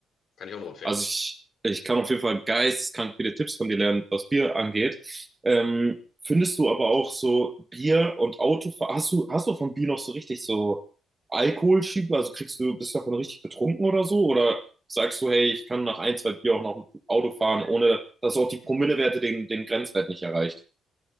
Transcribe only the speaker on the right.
Also ich, ich kann auf jeden Fall geisteskrank viele Tipps von dir lernen, was Bier angeht. Ähm, findest du aber auch so Bier und Auto, hast du, hast du von Bier noch so richtig so Alkoholschiebe? Also kriegst du, bist du davon richtig betrunken oder so? Oder sagst du, hey, ich kann nach ein, zwei Bier auch noch Auto fahren, ohne dass auch die Promillewerte den, den Grenzwert nicht erreicht?